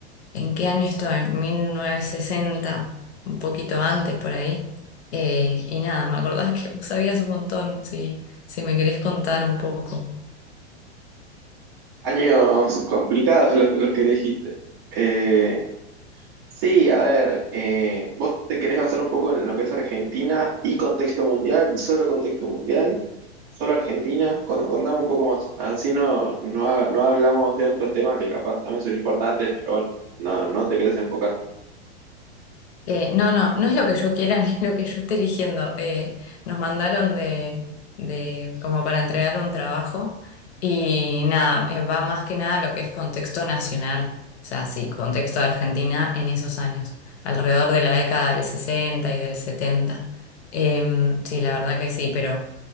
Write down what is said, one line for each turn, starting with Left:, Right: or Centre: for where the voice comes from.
Left: ¿En qué año estoy? En 1960, un poquito antes por ahí. Eh, y nada, me acordás que vos sabías un montón, si, si me querés contar un poco.
Right: Años complicados los, los que elegiste. Eh, sí, a ver, eh, vos te querés basar un poco en lo que es Argentina y contexto mundial, solo contexto mundial, solo Argentina. Con- Contame un poco más, así no, no, ha- no hablamos de otros temas que capaz también son importantes, pero bueno, no, no te querés enfocar.
Left: Eh, no, no, no es lo que yo quiera <laughs> ni lo que yo esté eligiendo. Eh, nos mandaron de, de como para entregar un trabajo y nada, eh, va más que nada lo que es contexto nacional. O sea, sí, contexto de Argentina en esos años, alrededor de la década del 60 y del 70. Em, sí, la verdad que sí, pero...